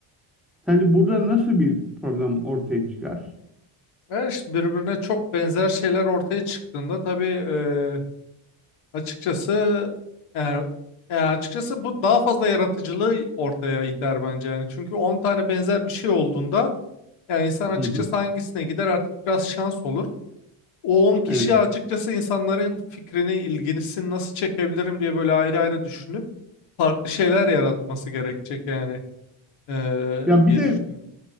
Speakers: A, in the centre; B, on the left.
A: sence burada nasıl bir problem ortaya çıkar?
B: Ve işte birbirine çok benzer şeyler ortaya çıktığında tabii e, açıkçası yani, e, açıkçası bu daha fazla yaratıcılığı ortaya iter bence yani. Çünkü 10 tane benzer bir şey olduğunda yani insan açıkçası
A: Hı hı,
B: hangisine gider artık biraz şans olur. O 10 kişi
A: evet.
B: açıkçası insanların fikrini, ilgisini nasıl çekebilirim diye böyle ayrı ayrı düşünüp farklı şeyler yaratması gerekecek yani e,
A: Ya
B: diye
A: bir de
B: düşünüyorum.